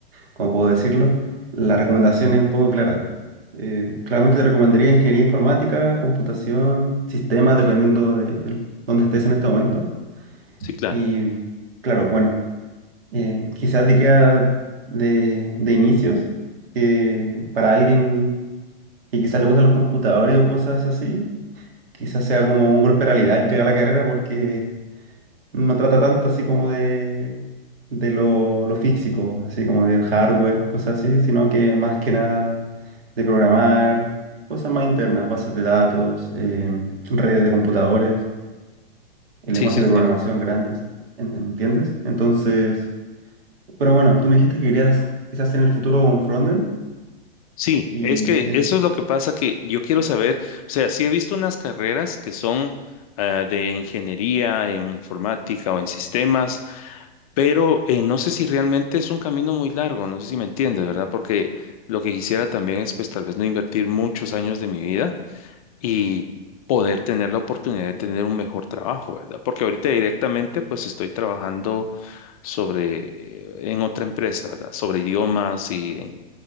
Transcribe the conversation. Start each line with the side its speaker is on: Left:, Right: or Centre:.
Right: ¿cómo puedo decirlo? La recomendación es un poco clara. Eh, claramente te recomendaría ingeniería informática, computación, sistemas, dependiendo de el- dónde estés en este momento.
Left: Sí, claro.
Right: Y claro, bueno, eh, quizás diría de, de inicios que para alguien que quizás le gustan los computadores o cosas así quizás sea como un golpe de realidad al llegar a la carrera porque no trata tanto así como de, de lo, lo físico, así como de hardware, cosas así, sino que más que nada de programar, cosas más internas, bases de datos, em, redes de computadores, y lenguajes
Left: Sí, sí,
Right: de
Left: claro.
Right: programación grandes, en- ¿me entiendes? Entonces, pero bueno, tú me dijiste que querías quizás en el futuro un frontend
Left: Sí,
Right: y...
Left: es que
Right: en-
Left: eso es lo que pasa que yo quiero saber, o sea, sí he visto unas carreras que son ah, de ingeniería en informática o en sistemas, pero eh, no sé si realmente es un camino muy largo, no sé si me entiendes, ¿verdad? Porque lo que quisiera también es pues tal vez no invertir muchos años de mi vida y poder tener la oportunidad de tener un mejor trabajo, ¿verdad? Porque ahorita directamente pues estoy trabajando sobre, eh, en otra empresa, ¿verdad? Sobre idiomas y